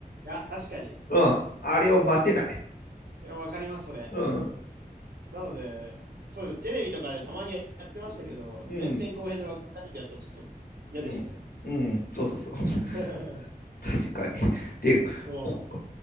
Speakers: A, on the right (about 75°); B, on the left (about 70°).
A: いや、確かに。い
B: うん。あれを待てない。
A: や、わかります、それ。
B: うん。
A: なので、そうです。テレビとかでたまにやってましたけど、
B: うん。
A: 前編後編で分かれるやつはちょっと嫌でしたね。
B: うん。うん。そうそうそう。
A: <laughs>
B: <laughs> 確かに。で、
A: そ
B: こ